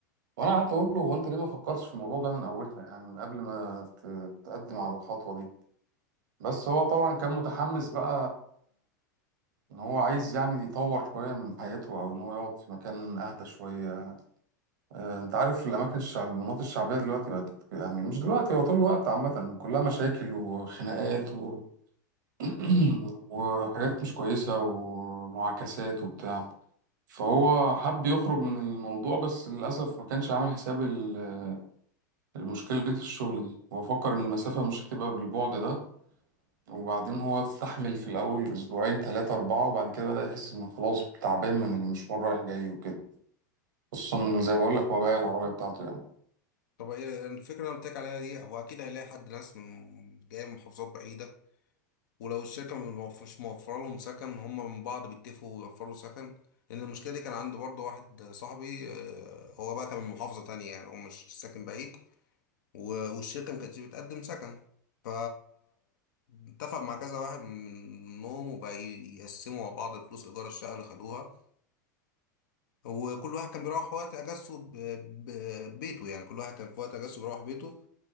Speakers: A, on the right; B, on the left.
A: وأنا قعدت أقول له هو أنت ليه ما فكرتش في الموضوع ده من أولها يعني من قبل ما ت- تقدم على الخطوة دي بس هو طبعا كان متحمس بقى إن هو عايز يعني يطور شوية من حياته أو إن هو يقعد في مكان أهدى شوية آه، انت عارف الاماكن الشعب المناطق الشعبيه دلوقتي بقت يعني مش دلوقتي هو طول الوقت عامه كلها مشاكل وخناقات و... <clears throat> وحاجات مش كويسه ومعاكسات وبتاع فهو حب يخرج من الموضوع بس للاسف ما كانش عامل حساب ال- المشكله الشغل دي هو فكر ان المسافه مش هتبقى بالبعد ده وبعدين هو استحمل في الاول اسبوعين ثلاثه اربعه وبعد كده بدا يحس انه خلاص تعبان من المشوار رايح جاي وكده خصوصا زي ما بقول لك هو بايع العربيه بتاعته
B: طب ايه الفكرة اللي أنا قلت لك عليها دي هو اكيد هيلاقي حد ناس من جاية من محافظات بعيدة ولو الشركة مش موفرة لهم سكن هم من بعض بيتفقوا ويوفروا سكن لأن المشكلة دي كان عند برضه واحد صاحبي آه، هو بقى كان من محافظة تانية يعني هو مش ساكن بعيد و- والشركة ما كانتش بتقدم سكن ف اتفق مع كذا واحد منهم وبقى يقسموا مع بعض فلوس إيجار الشقة اللي خدوها وكل واحد كان بيروح وقت أجازته ب- ب- بيته يعني كل واحد كان في وقت أجازته بيروح بيته